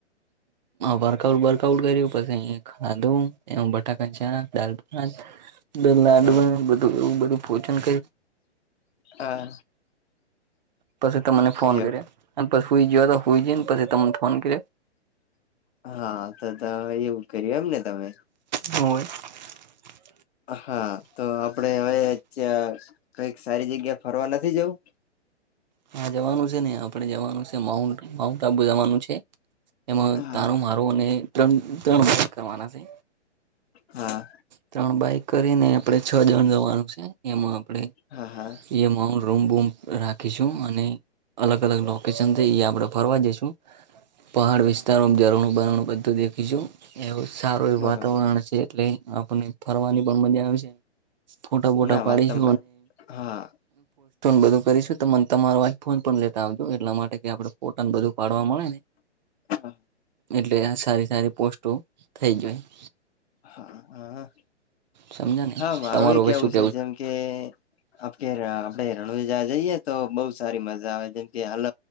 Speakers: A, on the right; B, on the left.
A: વર્કઆઉટ વર્કઆઉટ કર્યું પછી ખાધું. <unintelligible> લાું
B: હા
A: એવું બધું ભોજન કરી
B: હા
A: પછી તમને ફોન
B: એવ
A: કરે પછ હુઈ જયો તો હુઈ જઈન પછી તમને ફોન કરે
B: હા ત ત હવે એવું કર્યુ એમ ને તમે!
A: જોઈ <unintelligible>
B: હા તો આપણેે હવે ચ કઈક સારી જગ્યા ફરવા નથી જવું?
A: હા જવાનું છે ને આપણે જવાનું છે માઉન્ટ માઉન્ટ આબુ જવાનું છે. એમાં
B: હા
A: તારું મારું અને ત્રણ ત્રણ કરવાના છે.
B: હા.
A: ત્રણ બાઈક કરીને આપણેે છ જણ જવાનું છે એમાં આપણેે
B: હા હા
A: એમાં રૂમ બૂમ રાખીશું અને અલગ અલગ લોકેશન આપડે ફરવા જઈશું પહાડ વિસ્તારોમાં જઝરણું બરણું બધું દેખીશું એવું સારું એવું
B: બરોબર
A: વાતાવરણ છે એટલે આપને ફરવાની પણ મજા આવશે ફોટા ફોટો
B: ના
A: પાડીશ.
B: વાત તમે હા
A: બધું કરીશું તો મને તમારો આઈફોન પણ લેતા આવજો એટલા માટે કે આપડણે ફોટાને બધું પાડવા મળે ને.
B: હા
A: એટલે આ સારી સારી પોસ્ટો થઈ જાય
B: હા હા
A: સમજ્યા ને
B: હા મારો
A: તમારું
B: એ
A: હવે
B: કેવું
A: શું
B: છે જેમ કે આપકે આપડે રણુંજા જઈએ તો બઉ સારી મજા આવે જેમ કે હાલ